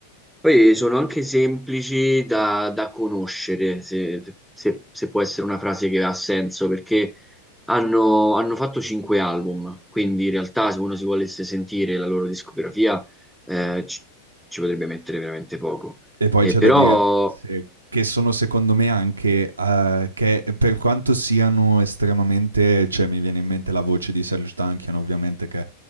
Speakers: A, in the centre; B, on the right.
A: Poi sono anche semplici da, da conoscere, se, se- se può essere una frase che ha senso, perché hanno, hanno fatto cinque album, quindi in realtà se uno si volesse sentire la loro discografia eh, ci, ci potrebbe mettere veramente poco.
B: E poi
A: E
B: c'è
A: però
B: da dire se che sono secondo me anche eh, che per quanto siano estremamente, cioè mi viene in mente la voce di Serge Tankian ovviamente che